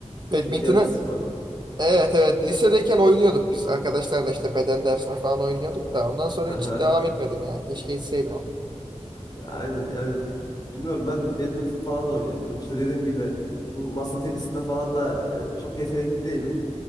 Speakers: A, on the right (about 40°); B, on the left (about 35°).
A: Badminton'ı
B: Çünkü yakın sporla.
A: evet evet lisedeyken oynuyorduk biz arkadaşlarla işte beden dersine falan oynuyorduk da ondan sonra
B: Haha.
A: hiç devam etmedim ya. Keşke etseydim ama.
B: Ya Aynen yani bilmiyorum ben badminton falan da oynayamıyorum. İşte dediğim gibi bu masa tenisinde falan da e, çok yetenekli değilim.